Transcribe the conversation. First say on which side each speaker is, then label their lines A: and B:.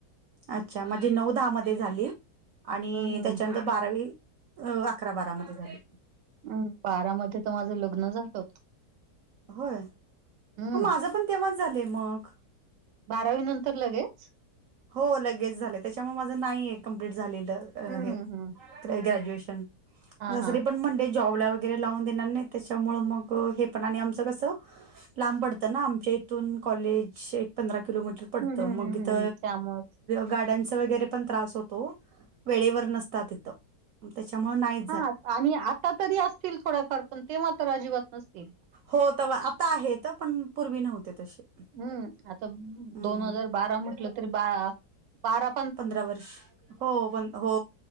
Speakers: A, on the right; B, on the right.
A: अच्छा! माझी नऊ दहा मध्ये झाली आणि
B: हम्म हम्म
A: त्याच्यानंतर, बारावी अ अकरा बारामध्ये झाली.
B: हम्. बारामध्ये तर माझं लग्न झालं होतं.
A: होय.
B: हं,
A: माझं पण तेव्हाच झालंय मग.
B: बारावी नंतर लगेच.
A: हो. लगेच झालं. त्याच्यामुळे माझं नाही आहे कमप्लीट झालेलं
B: हं,
A: हे
B: हं, हं.
A: ग्रॅज्युएशन.
B: हां,
A: <unintelligible>
B: हां.
A: पण मंडे जॉबला तेला लावून देणार नाहीत. त्याच्यामुळ मग, हे पण आणि आमचं कसं, लांब पडत ना आमच्या इथून कॉलेज. एक पंधरा किलोमीटर पडत.
B: हं, हं,
A: मग
B: हं,
A: इथ
B: हं. त्यामुळेच.
A: गाड्यांचा वगैरे पण त्रास होतो. वेळेवर नसतात इथ. त्याच्यामुळ नाही.
B: हा आणि आता तरी असतील थोड्याफार पण ते मात्र अजिबात नसतील.
A: हो तर आता आहे. पण पूर्वी नव्हते तसे.
B: हम्म. आता
A: हम्म
B: दोन हजार बारा म्हटलं तरी ब बारा
A: पंधरा वर्ष हो प हो.